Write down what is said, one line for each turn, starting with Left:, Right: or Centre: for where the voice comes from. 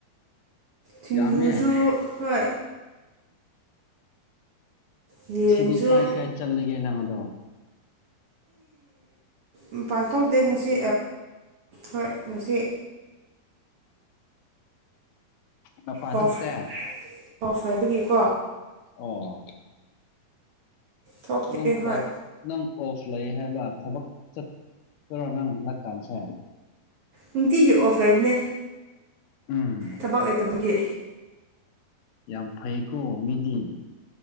Right: ꯁꯤꯡꯖꯨꯁꯨ
Left: ꯌꯥꯝꯃꯦ
Right: ꯍꯣꯏ ꯌꯦꯟꯁꯨ
Left: ꯁꯤꯗꯤ ꯀꯥꯏ ꯀꯥꯏ ꯆꯠꯂꯒꯦ ꯅꯍꯥꯗꯣ
Right: ꯃꯄꯟ ꯄꯥꯟꯊꯣꯛꯇꯦ ꯉꯁꯤ ꯍꯣꯏ ꯉꯁꯤ
Left: ꯃꯄꯥꯟ
Right: ꯑꯣꯐ
Left: ꯊꯣꯛꯇꯦ
Right: ꯑꯣꯐ ꯍꯥꯏꯕꯒꯤꯀꯣ
Left: ꯑꯣ
Right: ꯊꯣꯛꯇꯦ
Left: ꯅꯪꯀꯣ
Right: ꯍꯣꯏ
Left: ꯅꯪ ꯑꯣꯐ ꯂꯩ ꯍꯥꯏꯕ ꯊꯕꯛ ꯆꯠꯇꯔꯣ ꯅꯪ <inaudible> ꯗꯥꯀꯥꯟꯁꯦ
Right: ꯅꯨꯡꯇꯤꯒꯤ ꯑꯣꯐ ꯂꯩꯕꯅꯦ
Left: ꯎꯝ
Right: ꯊꯕꯥꯛ ꯂꯩꯇꯕꯒꯤ
Left: ꯌꯥꯝ ꯐꯩꯀꯣ ꯃꯤꯗꯤ